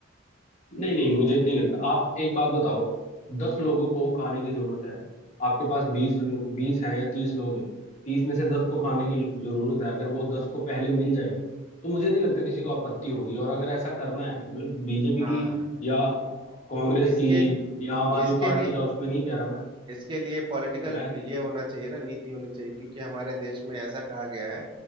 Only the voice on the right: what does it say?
हाँ
तो इसके
इसके
लिए
इसके लिए पॉलिटिकल
ये होना चाहिए ना नीति होनी चाहिए क्योंकि हमारे देश में ऐसा कहा गया है